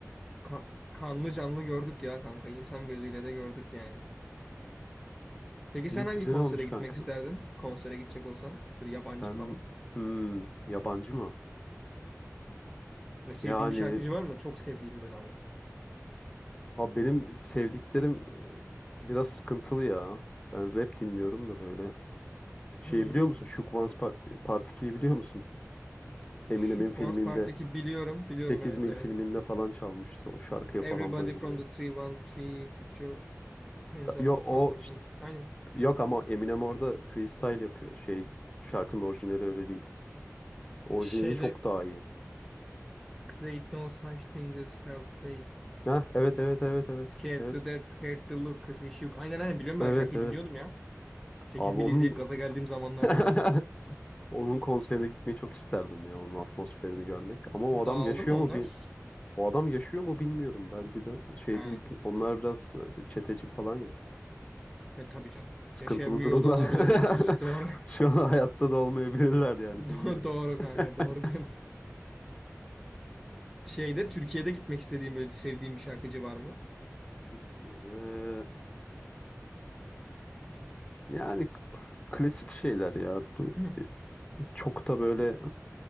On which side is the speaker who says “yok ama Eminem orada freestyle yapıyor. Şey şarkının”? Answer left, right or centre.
Left